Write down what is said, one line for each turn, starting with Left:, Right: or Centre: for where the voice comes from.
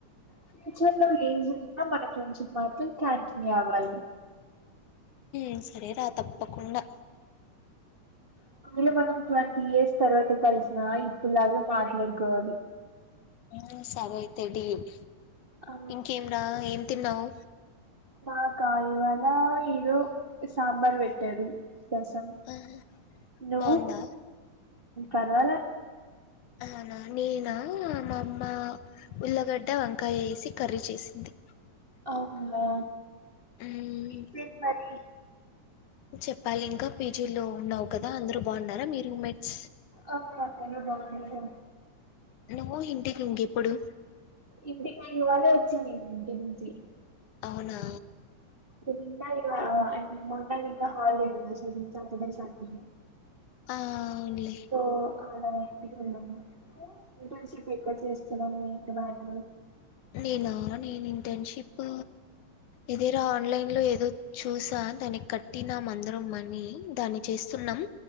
Right: ఫ్యూచర్ లో ఏం జరిగిన మన ఫ్రెండ్షిప్ మాత్రం కంటిన్యూ అవ్వాలి
Left: ఉ సరేరా తప్పకుండా
Right: ఒకవేళ మనం ట్వంటీ ఇయర్స్ తర్వాత కలిసిన ఇప్పుడులాగ మాట్లాడుకోవాలి
Left: ఆ సరే అయితే డీల్
Right: ఆ
Left: ఇంకేం రా ఏం తిన్నావ్
Right: మాక ఇవాల ఏదో సాంబార్ పెట్టాడు రసం
Left: ఆహా
Right: నువ్వు
Left: బావుందా
Right: పర్వాల
Left: అవునా నేనా మా అమ్మ ఉల్లగడ్డ వంకాయ వేసి కర్రీ చేసింది
Right: అవునా
Left: హ్మ్
Right: ఇంకేం మరి
Left: చెప్పాలి ఇంకా పీజీ లో ఉన్నావు కదా అందరుూ బాగున్నారా మీ రూమ్ మేట్స్
Right: అ అందరూ బాగున్నారు
Left: నువ్వు ఇంటికి ఇంకెప్పుడు
Right: ఇంటిక ఇవాళే వచ్చింది నేను ఇంటి నుంచి
Left: అవునా
Right: నిన్న ఇవాళ ఐ మీన్ మొన్న నిన్న హాలిడేస్ కదా సో సాటర్డే సండే
Left: ఆ అవునులే
Right: సో అలానే ఇంటికి వెళ్ళాము ఇంటర్న్షిప్ ఎక్కడ చేస్ చలో మీ ఇంటి బ్యాగ్
Left: నేనా నేను ఇంటర్న్షిప్ ఇదేరా ఆన్లైన్ లో ఏదో చూసా దానికి కట్టినం అందరం మనీ దాన్ని చేస్తున్నాం